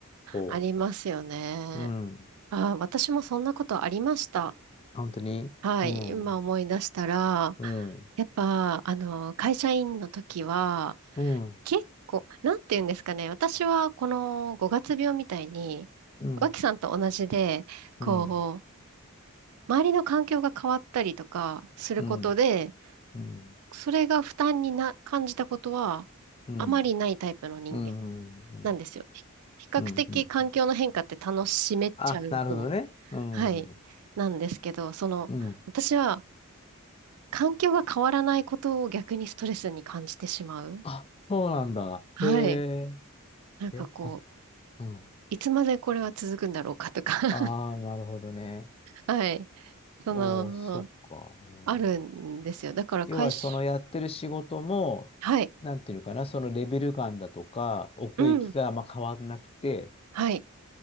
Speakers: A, on the left; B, on the right.
A: そ
B: ありますよね。
A: う。うん。
B: あー、私もそんなことありました。
A: 本当にうん。
B: はい。今思い出したら、
A: うん。
B: やっぱ、あの、会社員の時は、
A: うん。
B: 結構、なんて言うんですかね。私は、この5月病みたいに、
A: うん。
B: 脇さんと同じで、こう、
A: うん。
B: 周りの環境が変わったりとかすることで、
A: うん。うん。
B: それが負担にな、感じたことは、
A: うん。
B: あまりないタイプの人間
A: うん。うん。
B: なんですよ。ひ比較的環境の変化って楽しめちゃう方、
A: うん。うん。あ、なるほどね。うん。
B: はい、
A: う
B: なんですけど、その、
A: ん。
B: 私は環境が変わらないことを逆にストレスに感じてしまう。
A: あ、そうなんだ。
B: はい。
A: へえ。
B: なんかこう、
A: え、た、うん。
B: いつまでこれは続くんだろうかとか <laughs>
A: ああ、なるほどね。
B: はい。その、
A: おー、そっか。うん、
B: あるんですよ。だから会社、
A: 要は、そのやってる仕事も、
B: はい。
A: なんていうのかな、そのレベル感だとか、奥行きがあんま変わんなくて、
B: うん。
A: っ
B: はい。